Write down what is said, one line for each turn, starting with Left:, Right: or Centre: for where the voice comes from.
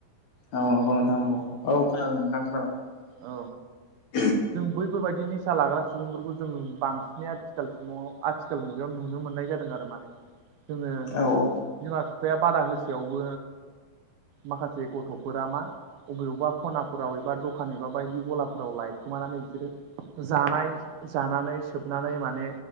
Left: औ नंगौ नोंथां नंगौ औ खोनादों नोंथां खोनादों
Right: औ जों बैफोरबायदि निसा लाग्रा सुबुंफोरखौ जों बांसिनै आथिखाल आथिखाल मुगायाव नुनो मो ननाय जादों आरो माने जोङो
Left: औ
Right: बिमा बिफाया बादा होसेयावबो माखासे गथ'फोरा मा बबेयावबा ख'नाफोराव एबा दखान एबा बायदि गलाफोराव लाय खोमानानै बिसोरो जानाय जानानै सोबनानै माने